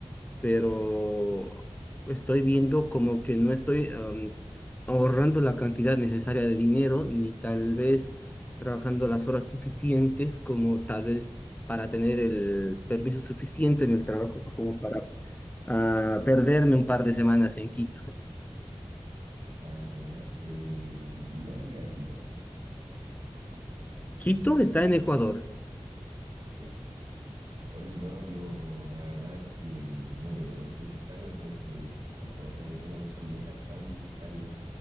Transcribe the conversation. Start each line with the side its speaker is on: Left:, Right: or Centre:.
Left: pero estoy viendo como que no estoy am, ahorrando la cantidad necesaria de dinero, ni tal vez trabajando las horas suficientes como tal vez para tener el permiso suficiente en el trabajo como para a perderme un par de semanas en Quito.
Right: ah, ya. eh, ¿y dónde queda Quito?
Left: Quito está en Ecuador.
Right: Ya. Hoy no, yo la verdad es que mm, no tenía mucho tiempo este año, entonces tampoco como que tenga muchas metas tan, tan